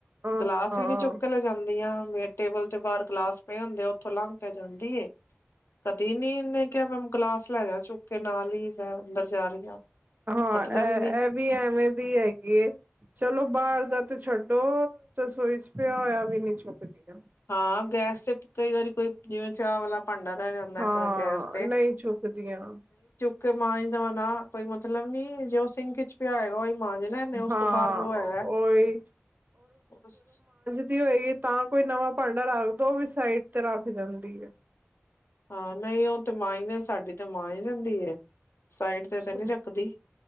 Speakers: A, on the right; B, on the left.
A: ਹਾਂ।
B: ਗਿਲਾਸ ਵੀ ਨੀ ਚੁੱਕ ਲੈ ਜਾਂਦੀਆਂ ਵੀੇ ਟੇਬਲ ਤੇ ਬਾਹਰ ਗਲਾਸ ਪਏ ਹੁੰਦੇ ਆ ਉੱਥੋਂ ਲੰਘ ਪੈ ਜਾਂਦੀ ਏ। ਕਦੇ ਨੀ ਇਹਨੇ ਕਿਹਾ ਮੈ ਗਲਾਸ ਲੈ ਜਾ ਚੁੱਕ ਕੇ ਨਾਲ ਹੀ ਮੈਂ ਅੰਦਰ ਜਾ ਰਹੀ ਹਾਂ
A: ਹਾਂ
B: ਮਤਲਬ
A: ਇਹ
B: ਹੀ ਨਹੀਂ
A: ਇਹ ਵੀ ਐਵੇਂ ਦੀ ਹੈਗੀ ਆ। ਚਲੋ ਬਾਹਰ ਦਾ ਤੇ ਛੱਡੋ ਰਸੋਈ ਚ ਪਿਆ ਹੋਇਆ ਵੀ ਨੀ ਚੁੱਕਦੀਆਂ।
B: ਹਾਂ, ਗੈਸ ਤੇ ਕਈ ਵਾਰੀ ਕੋਈ ਜਿਵੇਂ ਚਾਹ ਵਾਲਾ ਭਾਂਡਾ ਰਹਿ ਜਾਂਦਾ
A: ਹਾਂ
B: ਹੈ ਗੈਸ
A: ਨਹੀਂ ਝੁੱਕਦੀਆਂ
B: ਕਿ ਮਾਂਜ਼ ਦੇਵਾ ਨਾ ਕੋਈ ਮਤਲਬ ਨੀ ਜੋ ਸਿੰਕ ਚ ਪਿਆ ਹੈਗਾ ਹੀ ਮਾਂਜਨਾ ਉਸ
A: ਹਾਂ
B: ਤੋਂ ਬਾਅਦ ਜੋ ਹੈਗਾ
A: ਉਹੀ
B: ਓਸ
A: ਦੀ ਹੋਏਗੀ ਤਾਂ ਕੋਈ ਨਵਾਂ ਭਾਂਡਾ ਰੱਖਦ ਉਹ ਵੀ ਸਾਈਡ ਤੇ ਰੱਖ ਜਾਂਦੀ ਆ।
B: ਹਾਂ ਨਹੀਂ ਉਹ ਤੇ ਮਾਂਜਦੀ ਸਾਡੀ ਤੇ ਮਾਂਜ ਦਿੰਦੀ ਏ ਸਾਈਡ ਤੇ ਤੇ
A: ਸਾਡ
B: ਨੀ ਰੱਖਦੀ